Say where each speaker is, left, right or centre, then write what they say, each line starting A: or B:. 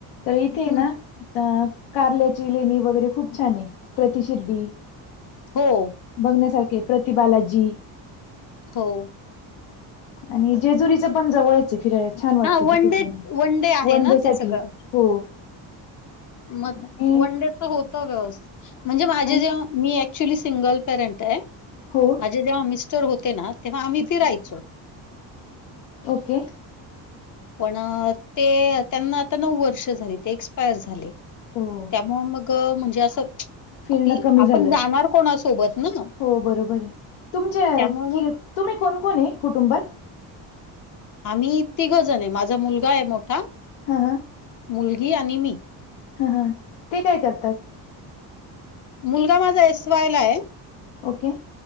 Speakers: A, on the left; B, on the left.
A: तर इथे
B: हं.
A: ना अ -कार्ल्याची लेणी वगैरे खूप छान आहे, प्रतिशिर्डी
B: हो.
A: बघण्यासारखे प्रतिबालाजी.
B: हो.
A: आणि जेजुरीचं पण जवळचय फिरायला. छान वाटतं
B: हां, वन
A: तिथे
B: डे
A: पण
B: आहे
A: वन डे
B: ना
A: साठी.
B: ते सगळं?
A: हो.
B: मग
A: आणि
B: वन डेच होत व्यवस्थित. म्हणजे माझे
A: आणि
B: जे मी ऍक्च्युली सिंगल पेरंट आहे.
A: हो
B: माझे जेव्हा मिस्टर होते ना तेव्हा आम्ही
A: ओके
B: फिरायचो.
A: ओके
B: पण ते त्यांना आता नऊ वर्ष झाली ते एक्सपायर झाले
A: हो
B: त्यामु मग म्हणजे असं
A: फिरण
B: आपली
A: कमी
B: आपण
A: झालं
B: जाणार कोणासोबत ना,
A: हो बरोबर आहे तुमचे
B: त्यामुळे
A: कि
B: मग
A: तुम्ही कोणक कोण आहे कुटुंबात
B: आम्ही तिघजण आहे माझा मुलगा आहे मोठा
A: हां
B: मुलगी आणि मी
A: हा हा ते काय करतात
B: मुलगा माझा एस वायला आहे
A: ओके